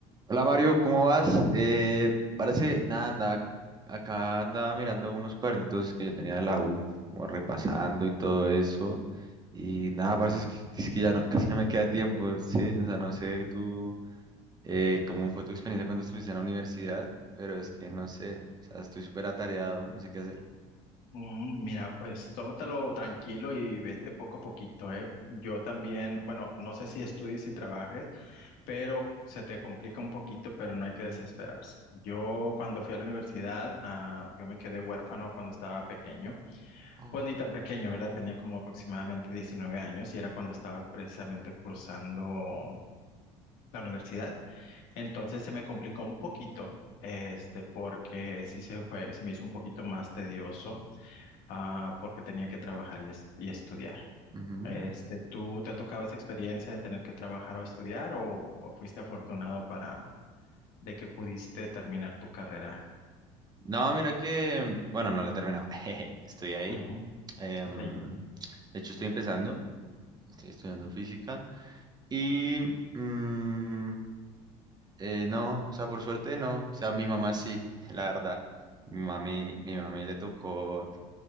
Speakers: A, on the right; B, on the left.
A: Hola Mario, ¿cómo vas? Eh, parece, nada, anda, acá andaba mirando unos cuadernitos que yo tenía de la U, como repasando y todo eso. Y nada, parece es que, es que ya no, casi no me queda tiempo, sí. O sea, no sé tú eh, cómo fue tu experiencia cuando estuviste en la universidad, pero es que no sé, o sea, estoy súper atareado, no sé qué hacer.
B: Mm, Mira, pues tómatelo tranquilo y vete poco a poquito, ¿eh? Yo también, bueno, no sé si estudies y trabajes, pero se te complica un poquito, pero no hay que desesperarse. Yo cuando fui a la universidad, ah, yo me quedé huérfano cuando estaba pequeño,
A: Oh.
B: pues ni tan pequeño, ¿verdad? Tenía como aproximadamente 19 años y era cuando estaba precisamente cursando la universidad. Entonces se me complicó un poquito. Este, porque sí se fue, se me hizo un poquito más tedioso ah, porque tenía que trabajar y, es- y estudiar.
A: Ujú.
B: Este, ¿tú te ha tocado esa experiencia de tener que trabajar o estudiar o, o fuiste afortunado para de que pudiste terminar tu carrera?
A: No, mira que, bueno, no la he terminado. <laughs> Jeje, Estoy ahí.
B: Ujú,
A: em,
B: Estás ahí.
A: de hecho, estoy empezando, estoy estudiando física. Y mm, eh, no, o sea, por suerte no. O sea, mi mamá sí, <laughs> la verdad. Mi mami, mi mami le tocó,